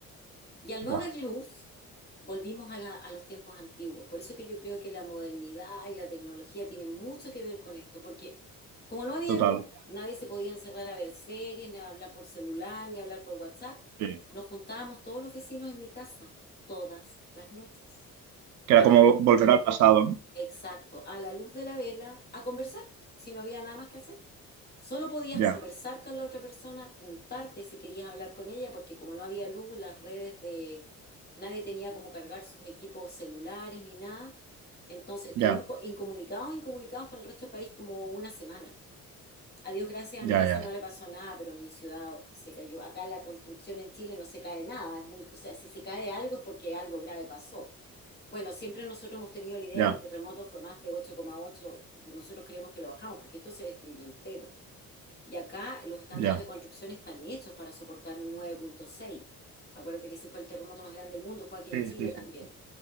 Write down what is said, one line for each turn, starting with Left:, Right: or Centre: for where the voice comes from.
Left: Y al no
Right: Buah,
Left: haber luz, volvimos a, la- a los tiempos antiguos. Por eso que yo creo que la modernidad y la tecnología tienen mucho que ver con esto, porque como no había
Right: total.
Left: luz, nadie se podía encerrar a ver series, ni a hablar por celular, ni a hablar por WhatsApp.
Right: sí.
Left: Nos juntábamos todos los vecinos en mi casa, todas las noches.
Right: Que
Left: A
Right: era como
Left: la
Right: volver al pasado, ¿no?
Left: Exacto, a la luz de la vela, a conversar, si no había nada más que hacer. Solo podías
Right: Ya,
Left: conversar con la otra persona, juntarte si querías hablar con ella, porque como no había luz, las redes de... Nadie tenía como cargar sus equipos celulares ni nada. Entonces estuvimos
Right: ya,
Left: co- incomunicados, incomunicados con el resto del país como una semana. A Dios gracias, a
Right: ya,
Left: mi casa
Right: ya.
Left: no le pasó nada, pero en mi ciudad se cayó. Acá la construcción en Chile no se cae nada. Es muy, o sea, si se cae algo es porque algo grave pasó. Bueno, siempre nosotros hemos tenido la idea
Right: Ya,
Left: que el terremoto fue más de 8,8. Nosotros creemos que lo bajamos porque esto se destruyó entero. Y acá los estándares
Right: ya.
Left: de construcción están hechos para soportar un 9,6. Acuérdate que ese fue el terremoto más grande del mundo, fue aquí en
Right: Sí,
Left: Chile
Right: sí,
Left: también.
Right: sí.